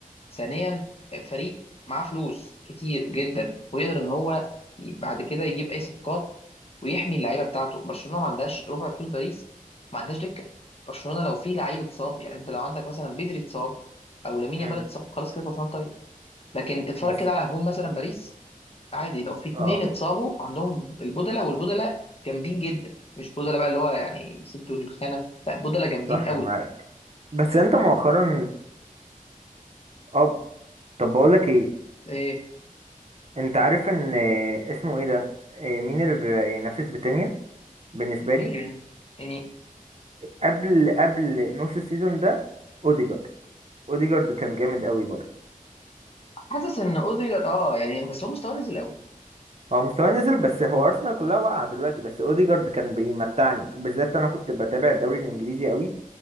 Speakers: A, on the left; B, on the right.
A: ثانيا فريق معاه فلوس كتير جدا ويقدر ان هو ي- بعد كده يجيب اي صفقات ويحمي اللعيبه بتاعته برشلونه ما عندهاش ربع فلوس باريس ما عندهاش دكه برشلونه لو في لعيب اتصاب يعني انت لو عندك مثلا بدري اتصاب او لامين
B: مم.
A: يامال اتصاب خلاص كده برشلونه طيب لكن اتفرج
B: بس
A: كده على هجوم مثلا باريس عادي لو في اتنين
B: اه
A: اتصابوا عندهم البودلة والبودلة جامدين جدا مش بودلة بقى اللي هو يعني يسدوا الخانه لا بودلة جامدين
B: صح
A: قوي
B: معاك بس انت مؤخرا اه آه، طب بقولك ايه
A: إيه
B: انت عارف ان آه، اسمه ايه ده آه، مين اللي بينافس فيتينيا بالنسبة لي
A: إيه. يعني
B: قبل قبل نص السيزون ده اوديجارد اوديجارد كان جامد قوي برضه
A: حاسس ان اوديجارد اه يعني بس هو مستواه نزل قوي
B: هو مستواه نزل بس هو ارسنال كلها واقعه دلوقتي بس اوديجارد كان بيمتعني بالذات انا كنت بتابع الدوري الانجليزي قوي